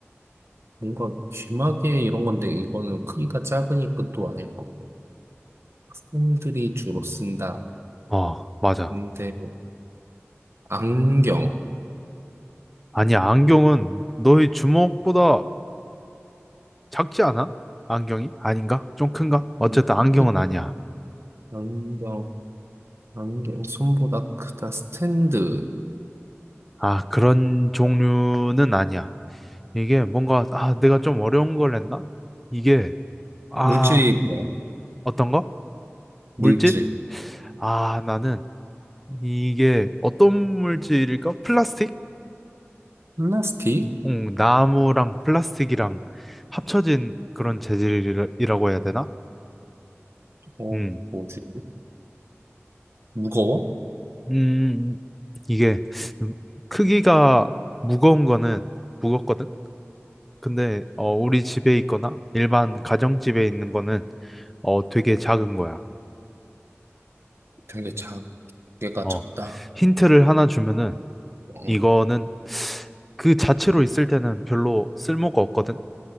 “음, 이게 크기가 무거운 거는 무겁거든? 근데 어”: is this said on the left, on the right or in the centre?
Centre